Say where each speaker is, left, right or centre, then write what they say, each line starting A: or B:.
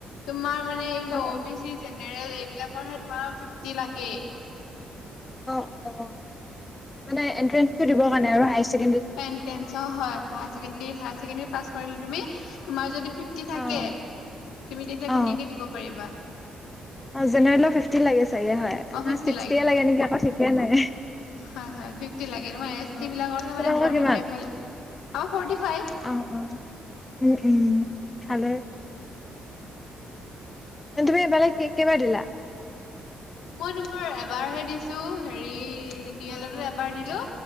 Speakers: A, on the left (about 85°); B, on the left (about 15°).
A: তোমাৰ মানে এই বিলাক
B: অ
A: অবিচি, জেনেৰেল বিলাকৰহে তোমাৰ ফিফটি লাগে।
B: অ অ, মানে এনট্ৰেনছটো দিব কাৰণে আৰু হায়াৰ ছেকে
A: এনট্ৰেনছৰ হয়, হায়ছেকেণ্ডেৰি হায়ছেকেণ্ডেৰি পাছ কৰিলে তুমি তোমাৰ যদি ফিফটি থাকে,
B: অ
A: তুমি তেতিয়া
B: অ
A: ধুনীয়াকে দিব পাৰিবা।
B: অ জেনেৰেলৰ ফিফটি লাগে চাগে হয়,
A: অ'
B: নে
A: ফিফটি
B: ছিক্সটিয়ে লাগে নেকি আকৌ ঠিকে নাই।
A: হয় হয় ফিফটি লাগে, তোমাৰ
B: অ অ
A: এচটি বিলাকৰ হে
B: তোমালোকৰ
A: মানে ফৰ্টি
B: কিমান
A: ফাইভ হ'লে আৰু ফৰ্টি ফাইভ
B: অ অ উম উম ভালে তুমি এবালে কে কেইবাৰ দিলা?
A: মই তোমাৰ এবাৰ হে দিছো হেৰি ডি
B: অ
A: এলত
B: অ
A: এবাৰ দিলো,